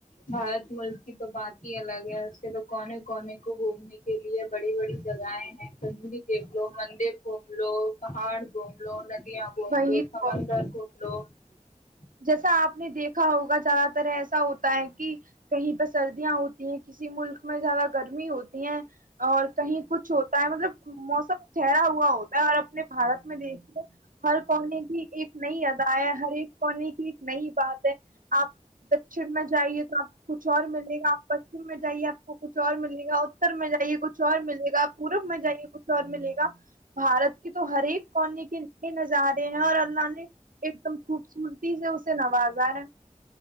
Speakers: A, on the left; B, on the right.
A: بھارت ملک کی تو بات ہی الگ ہے اس کے تو کونے کونے کو گھومنے کے لیے بڑی بڑی جگہیں ہیں کنڈی دیکھ لو مندر گھوم لو پہاڑ گھوم لو ند یاں گھوم
B: وہی
A: لو
B: تو
A: سمندر گھوم لو <unintelligible>
B: جیسا آپ نے دیکھا ہوگا زیادہ تر ایسا ہوتا ہے کہ کہیں پ سردیاں ہوتی ہیں کسی ک ملک میں زیادہ گرمی ہوتی ہے اور کہیں کچھ ہوتا ہے مطلب موسم ٹھہرا ہوا ہوتا ہے اور اپنے بارت میں دیکھ لو حل پنے کی ایک نئی ادائے ہر ایک کی ایک نئی بات ہے آپ دکچن میں جائیے تو آپ کچھ اور ملے گا اپ پچم میں جائیے آپ کو کچھ اور ملے گا اتر میں جائیے کچھ اور ملے گا پورب میں جائیے کچھ اور ملے گا بارت کی تو ہر ایک کونے کے اتنے نظارے ہیں اور اللہ نے ایک دم خوبصورت تی سے اسے نوازا ہے